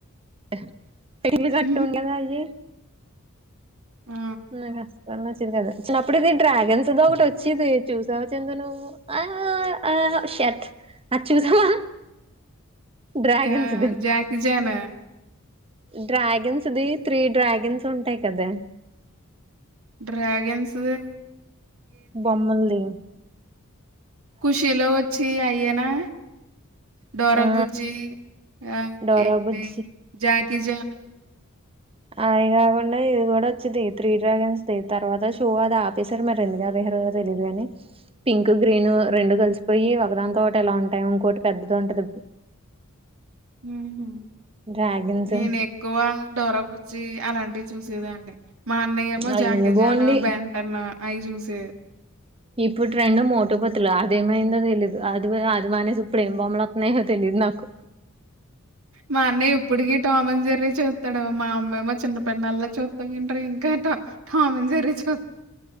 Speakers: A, on the right; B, on the right.
A: అహ్ తెలుగు
B: హ్మ్.
A: అట్ట ఉండ్లెదా అది
B: ఆ
A: నాకు అస్సల్ నచ్చెది కాదు చిన్నప్పుడు ఇది డ్రాగన్స్దో ఒగొటి ఒచ్చిది చూసావా చందు నువ్వు ఆ ఆ ఆ షట్ అద్ చూసావా డ్రాగన్స్
B: యా జాకిజానా
A: డ్ర్యగెన్స్ ది త్రీ డ్ర్యగెన్స్ ఉంటాయ్ కదా
B: డ్ర్యగెన్స్ దే
A: బొమ్మల్ ది
B: ఖుషీలో వచ్చెయ్ అయ్యేనా డోరా
A: ఆ
B: బుజ్జి ఆ
A: డోరా
B: ఏంటి
A: బుజ్జి
B: జాకిీ జాన్
A: అవి కాకుండా ఇది కూడా వచ్చేది త్రీ డ్రాగన్స్ ది తర్వాత షో అది ఆపేశారు మరి ఎందుక ఆపేసా రో తెలిదు గాని పింక్ గ్రీను రెండు కలిసిపోయి ఒకదాని తోటి ఎలా ఉంటాయి ఇంకోటి పెద్దది ఉంటది
B: ఉమ్
A: డ్రాగన్స్
B: నేను ఎక్కువ డోరా బుజ్జి అలాంటి చూసేదాన్నీ మా అన్నయ్యమో
A: అయ్యో
B: జాకి
A: బోండి
B: జాన్ బెంటెన్ అయి చూసేది
A: ఇప్పుడు ట్రెండు మోటుపతులు అదేమైందో తెలీదు అది అది మానేసి ఇప్పుడు
B: హ్మ్
A: ఏం బొమ్మలు వత్తున్నాయి తెలీదు నాకు
B: మా అన్నయ ఇప్పుడుకి టామన్ జర్రీ చూస్తాడ మా అమ్మేమో మా చిన్న పిన్నళ్ళ చూద్దాం తంటారు ఇంకా ట జెర్రీస్ కో